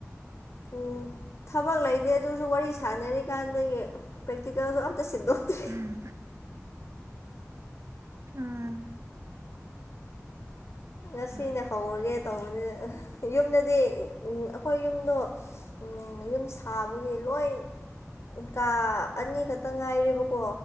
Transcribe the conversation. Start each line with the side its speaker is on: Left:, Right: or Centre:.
Left: ꯎꯝ ꯊꯕꯛ ꯂꯩꯇꯦ ꯑꯗꯨꯁꯨ ꯋꯥꯔꯤ ꯁꯥꯟꯅꯔꯤꯀꯥꯟꯗꯒꯤ ꯄꯔꯦꯛꯇꯤꯀꯦꯜꯁꯨ ꯑꯝꯇ ꯁꯤꯟꯇꯣꯛꯇꯦ
Right: ꯎꯝ ꯎꯝ
Left: ꯉꯁꯤꯅ
Right: ꯎꯝ
Left: ꯍꯧꯔꯒꯦ ꯇꯧꯕꯅꯤꯅꯦ ꯌꯨꯝꯗꯗꯤ ꯑꯩꯈꯣꯏ ꯌꯨꯝꯗꯣ ꯎꯝ ꯌꯨꯝ ꯁꯥꯕꯒꯤ ꯂꯣꯏ ꯀꯥ ꯑꯅꯤ ꯈꯛꯇ ꯉꯥꯏꯔꯦꯕ ꯀꯣ